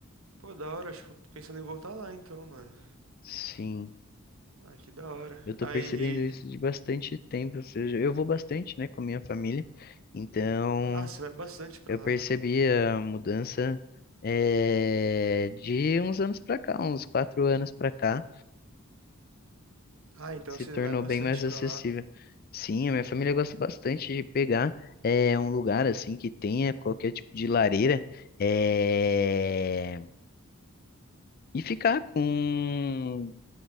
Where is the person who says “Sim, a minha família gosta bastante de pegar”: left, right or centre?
Left